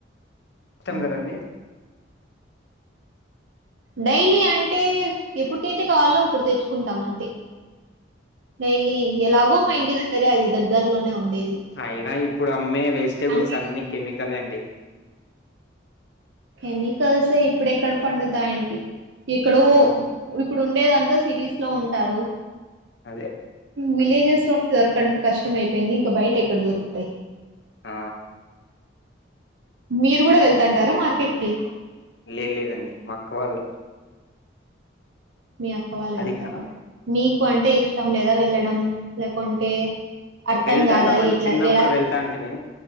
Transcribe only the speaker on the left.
కష్టం
కదండి.
అయినా ఇప్పుడు అమ్మే వెజిటేబుల్స్
అన్ని కెమికలే అండి.
హ్మ్.
అదే.
ఆ
లేదు లేదండి మా అక్క వాళ్ళు.
అది
కాదు
వెళ్తాటాం
వెళ్తాంటామి
చిన్నప్పుడు
వెళ్తా అంటిమి